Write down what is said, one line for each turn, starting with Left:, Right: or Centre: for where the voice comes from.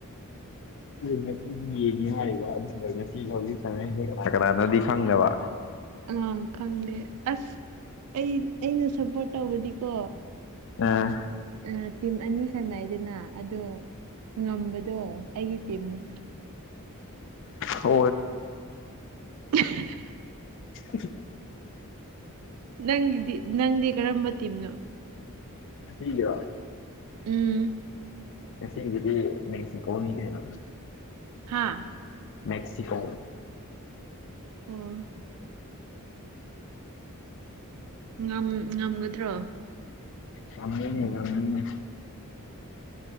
Left: ꯉꯡ ꯍꯥꯏ ꯉꯁꯤ ꯍꯧꯖꯤꯛ ꯀꯅꯥꯅꯗꯤ ꯈꯪꯗꯕ
Right: ꯑꯥ ꯈꯪꯗꯦ ꯑꯁ ꯑꯩ ꯑꯩꯅ ꯁꯞꯄꯣꯔꯠ ꯇꯧꯕꯗꯤꯀꯣ
Left: ꯑ
Right: ꯑ ꯑꯅꯤ ꯁꯅꯏꯗꯅ ꯑꯗꯣ ꯉꯝꯕꯗꯣ ꯑꯩꯒꯤ ꯇꯤꯝꯅꯤ
Left: ꯍ
Right: <inaudible>
Left: ꯎ
Right: ꯅꯪꯗꯤ ꯅꯪꯗꯤ ꯀꯔꯝꯕ ꯇꯤꯝꯅꯣ
Left: ꯊꯌꯥ
Right: ꯎꯝ
Left: ꯉꯁꯤꯗꯤ ꯅꯁꯤꯀꯅꯤ ꯀꯅ
Right: ꯍꯥꯥ
Left: ꯃꯦꯛꯁꯤꯀꯣ
Right: ꯑꯣ ꯉ ꯉꯝꯒꯗ꯭ꯔꯣ
Left: ꯉꯃꯤꯅꯤ ꯉꯃꯤꯅꯤ